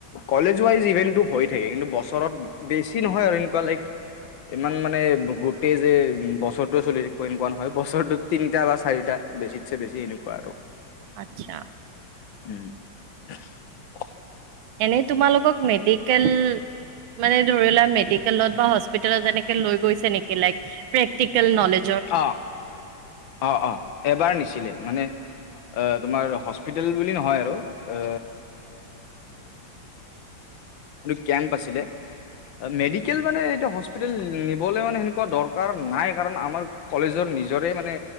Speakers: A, on the left; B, on the right.
A: কলেজ ৱাইজ ইভেন্টটো হৈ থাকে কিন্তু বছৰত বেছি নহয় আৰু এনেকুৱা লাইক ইমান মানে গোটেই যে উ বছৰটোৱে চলি থাকিব এনেকুৱা নহয় বছৰটো তিনিটা বা চাৰিটা বেছিতছে বেছি এনেকুৱা আৰু
B: আচ্ছা
A: উম
B: এনে তোমাৰালোকক মেডিকেল মানে ধৰি লোৱা মেডিকেলত বা হস্পিটেলত যেনেকে লৈ গৈছে নেকি লাইক প্ৰেক্টিকেল নলেজ
A: অ অ অ এবাৰ নিছিলে মানে আহ তোমাৰ হস্পিতেল বুলি নহয় আৰু এ সেটো কেম্প আছিলে মেডিকেল মানে এতিয়া হস্পিটেল নিবলৈ মানে সেনেকুৱা দৰকাৰ নাই কাৰণ আমাৰ কলেজৰ নিজৰে মানে